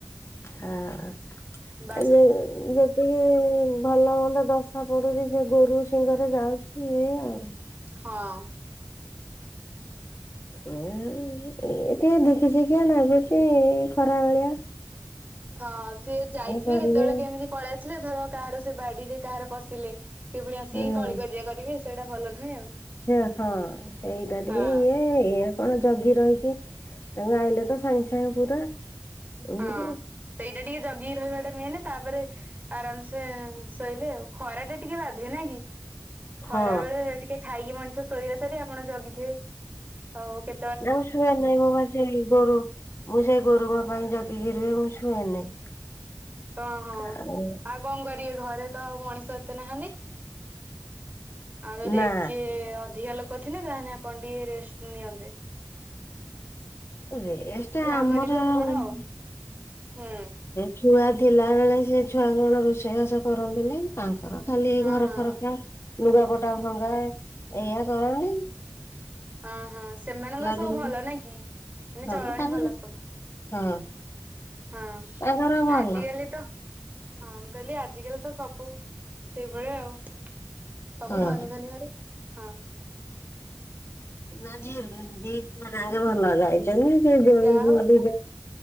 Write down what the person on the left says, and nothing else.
ହଁ ଏ
ଯୋଉ ଗୋ ଇଏ ଭଲ ମନ୍ଦ ଦଶା ପଡୁଛି ସେ ଗୋରୁ ସିଙ୍ଗରେ ଯାଉଛି ଏଇ ଆଉ।
ଏ ଟେ ଦେଖିଛିିକିଆ ନାଗୁଛି ଖରା ବେଳେ।
କରିବେ
ହୁଁ।
ସେ ହଁ ସେଇଟା ଟିକେ
ଇଏ। ଏଇା କଣ ଜଗି ରହିକି ତାଙ୍କୁ ଆଇଲେ ତ ସାଙ୍ଗେ ସାଙ୍ଗେ ପୁରା ଏମିତି
ହଁ
ନା ମୁଁ ଶୁଏନି ମୁଁ ପା ସେ ନିଦ ରୁ ମୁଁ ସେଇ ଗୋରୁଙ୍କ ପାଇଁ ଜଗିକି ରୁହେ ମୁଁ ଶୁଏନି।
ଆଉ
ନା
ରେଷ୍ଟେ
ଆମର
ହୁଁ।
ସେ ଖେଳା ଥିଲା ବେଳେ ସେ ଛୁଆ କଣ ରୋଷେଇବାସ କରନ୍ତିନି। ତାଙ୍କର ଖାଲି
ଘର
ଫର ପାଇଁ ଲୁଗାପଟା ଭଙ୍ଗା ଏଇୟା କରନ୍ତିି।
ଦିନରୁ
ହଁ
ତାଙ୍କର
ହଁ
ତାଙ୍କର ଭଲ
ହଁ।
ନା ଝିଅ ଦି ଜଣ ଆକ ଭଲ ରେ ଆଉ। <unintelligible>